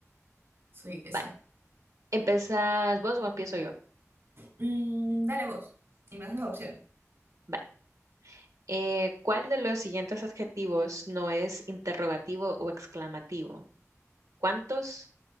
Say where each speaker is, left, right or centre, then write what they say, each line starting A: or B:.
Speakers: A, on the right; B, on the right.
A: soy esa.
B: Va, ¿empezás vos o empiezo yo?
A: Mm, dale vos y me das las opciones.
B: Va. Eh, ¿cuál de los siguientes adjetivos no es interrogativo o exclamativo? ¿Cuántos?